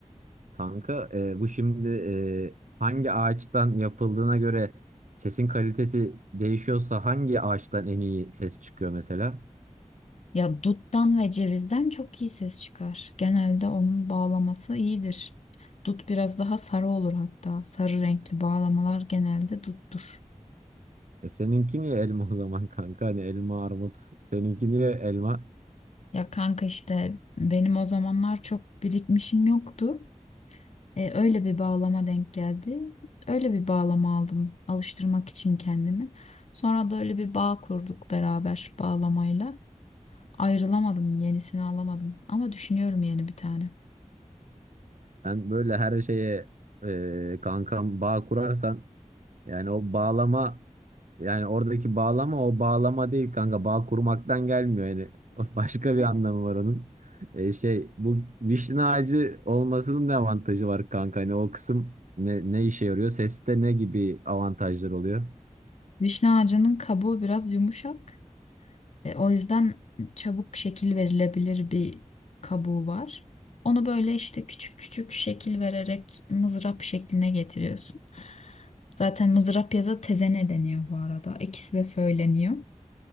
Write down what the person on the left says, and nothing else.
Ya duttan ve cevizden çok iyi ses çıkar. Genelde onun bağlaması iyidir. Dut biraz daha sarı olur hatta. Sarı renkli bağlamalar genelde duttur.
Ya kanka işte benim o zamanlar çok birikmişim yoktu. E, öyle bir bağlama denk geldi. Öyle bir bağlama aldım alıştırmak için kendimi. Sonra da öyle bir bağ kurduk beraber bağlamayla. Ayrılamadım, yenisini alamadım ama düşünüyorum yeni bir tane.
Vişne ağacının kabuğu biraz yumuşak. E, o yüzden çabuk şekil verilebilir bir kabuğu var. Onu böyle işte küçük küçük şekil vererek mızrap şekline getiriyorsun. Zaten mızrap ya da tezene deniyor bu arada. İkisi de söyleniyor.